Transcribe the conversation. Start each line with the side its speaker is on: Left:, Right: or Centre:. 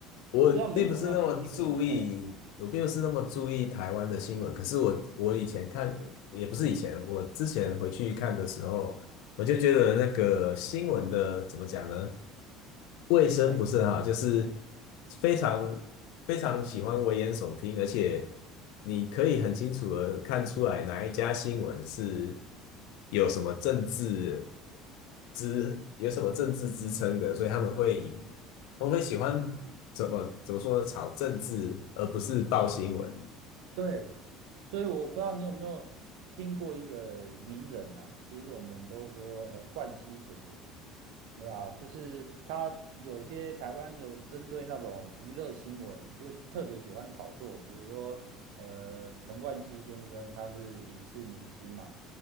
Left: 我并不是那么注意，
Right: 不知道美国那边新闻，嗯，
Left: 我并不是那么注意台湾的新闻。可是我我以前看，也不是以前，我之前回去看的时候，我就觉得那个新闻的怎么讲呢？卫生不是很好，
Right: 哎，
Left: 就是非常非常喜欢危言耸听，而且你可以很清楚的看出来哪一家新闻是有什么政治支有什么政治支撑的，所以他们会以我会喜欢怎么怎么说呢？炒政治，而不是报新闻。
Right: 对，所以我不知道你有没有听过一个名人呐、就是我们都说呃冠希哥哥，对吧？就是他有些台湾有针对那种娱乐新闻，就特别喜欢炒作，比如说呃陈冠希先生他是影视明星嘛，